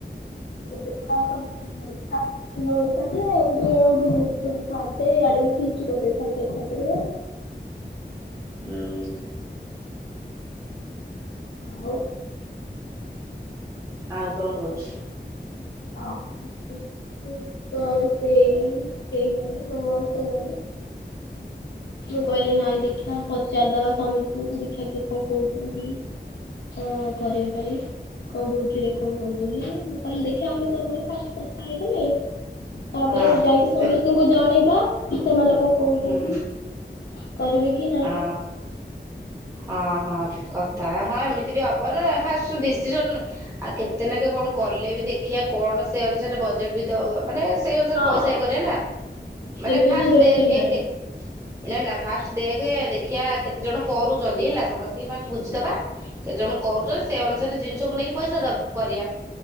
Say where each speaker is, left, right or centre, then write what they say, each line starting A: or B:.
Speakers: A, on the left; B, on the right.
A: ଏବେ ତ ଆଉ ସବୁ ଫଟୋ ଉଠା। ନଉ ଥାନ୍ତେ ଏବେ ବୁଲିଥାନ୍ତେ, ଇଆଡେ ବି ଫିଷ୍ଟ କରିଦେଇଥାନ୍ତେ ଏକାଥରେ।
B: ହୁଁ।
A: ଆଉ।
B: ଆଉ କଣ କହୁଛୁ?
A: ଆଉ କଣ କହିଛି ସେ ତ ସେଇ ଏଇ ମାନେ ଆଉ କଣ ମୁଁ କହିଲି ନାଇଁ ଦେଖିବା ପଚାରିଦବା ସମିସ୍ତେଙ୍କୁ ଦେଖିବା କିଏ କଣ କହୁଛନ୍ତି। କଣ କରିବା ପାଇଁ। ଆଉ ଭୋଜିରେ କଣ ହବ ବୋଲି। ମୁଁ କହିଲି ଦେଖି ଆମେ ତୋର ମୋର ଫାଷ୍ଟେ କଥା ହେଇଥିଲେ, ତାପରେ
B: ହଁ
A: ଯାଇକି
B: ସେ
A: ସମେସ୍ତେ ତାଙ୍କୁ ଜଣେଇବା, ସେମାନେ କଣ କହୁଛନ୍ତି
B: ହୁଁ
A: କରିବେ କି ନାହିଁ।
B: ଅ ହଁ ହଁ କଥା। ହଁ ଏମିତି ବି ହବ ନା ଫାଷ୍ଟ ରୁ ଡିସିସନ ଆଉ କେତେ ନାକ୍ଷେ କଣ କଲେ ବି, ଦେଖିବା କଣ ସେ ଅନୁସାରେ ବଜେଟ ବି ତ ମାନେ ସେଇ ଅନୁସାରେ
A: ହଁ।
B: ପଇସା ଏଇକରିବା ନା।
A: ଏବେ
B: ମାନେ
A: ତ
B: ପାଷ୍ଟେ
A: ଯୋଉ ରେଟ୍
B: ଦେଖେ,
A: ହେଲାଣି।
B: କେତେ ନା ନା ପାଷ୍ଟେ ଦେଖ ଦେଖିିବା କେତେ ଜଣ କରୁଛନ୍ତି ହେଲା। ସମସ୍ତଙ୍କୁ ଫାଷ୍ଟ ବୁଝିଦବା। କେତେ ଜଣ କରୁଛନ୍ତି। ସେ ଅନୁସାରେ ଜିନିଷକୁ ନେଇକି ପଇସା ଦବା କରିବା।